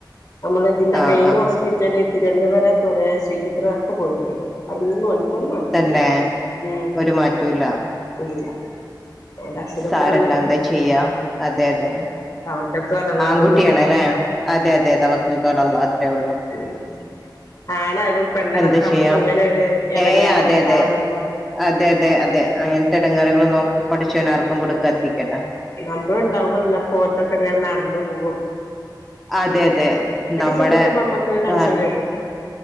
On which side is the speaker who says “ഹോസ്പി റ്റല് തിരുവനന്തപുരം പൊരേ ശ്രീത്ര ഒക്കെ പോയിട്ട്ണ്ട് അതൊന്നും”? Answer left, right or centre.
Left